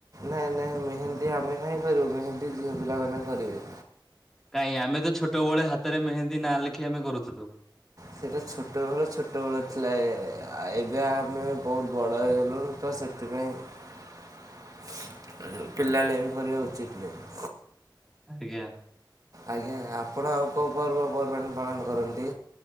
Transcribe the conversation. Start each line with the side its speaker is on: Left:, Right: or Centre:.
Right: ନାଇଁ ନାଇଁ ମେହେନ୍ଦୀ ଆମେ କାହିଁ କରିବୁ ମେହେନ୍ଦୀ ଝିଅ ପିଲାମାନୋନେ କରିବେ।
Centre: କାଇଁ ଆମେ ତ ଛୋଟବେଳେଆ ହାତରେ ମେହେନ୍ଦୀ ନା ଲେଖି ଆମେ କରୁଥିଲୁ।
Right: ସେଇଟା ଛୋଟବେଳ ଛୋଟବେଳ ଥିଲା ଏବେ ଆମେ ବହୁତ ବଡ଼ ହେଇଇଗଲୁଣି ତ ସେ ସେଥିପାଇଁ ପିଲାଳିଆମୀ ବି କରିବା ଉଚିତ ନୁହେଁ।
Centre: ଆଜ୍ଞା।
Right: ଆଜ୍ଞା ଆପଣ ଆଉ କେଉଁ ପର୍ବ ପର୍ବାଣି ପାଳନ କରନ୍ତି?